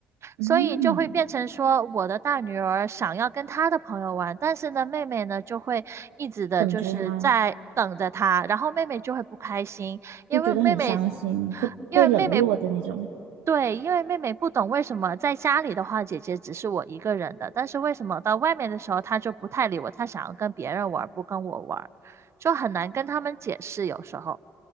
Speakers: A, on the right; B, on the right.
A: 嗯，
B: 所以就会变成说，我的大女儿想要跟她的朋友玩，但是呢，妹妹呢就会一直的就是在等着她，
A: 等着他
B: 然后妹妹就会不开心，因为妹妹，
A: 会觉得很伤心，会被冷落的那种。
B: 因为妹妹不。对，因为妹妹不懂为什么在家里的话，姐姐只是我一个人的，但是为什么到外面的时候，她就不太理我，她想要跟别人玩，不跟我玩，就很难跟他们解释有时候。